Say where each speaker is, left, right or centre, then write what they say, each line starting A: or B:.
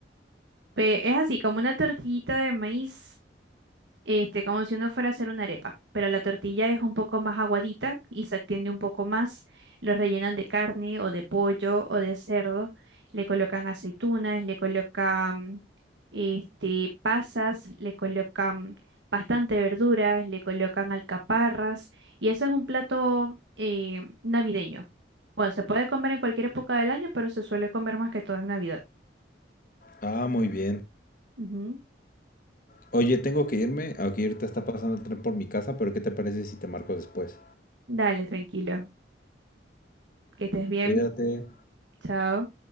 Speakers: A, on the right (about 75°); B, on the left (about 50°).
A: Pe- es así, como una tortillita de maíz Este, como si uno fuera a hacer una arepa, pero la tortilla es un poco más aguadita y se extiende un poco más. Lo rellenan de carne o de pollo o de cerdo. Le colocan aceitunas, le colocan este, pasas, le colocan bastante verduras, le colocan alcaparras. Y ese es un plato eh, navideño. Bueno, se puede comer en cualquier época del año, pero se suele comer más que todo en Navidad.
B: Ah, muy bien.
A: Ujú.
B: Oye, tengo que irme. Aquí ahorita está pasando el tren por mi casa, pero ¿qué te parece si te marco después?
A: Dale, tranquilo. Que estés bien.
B: Cuídate.
A: Chao.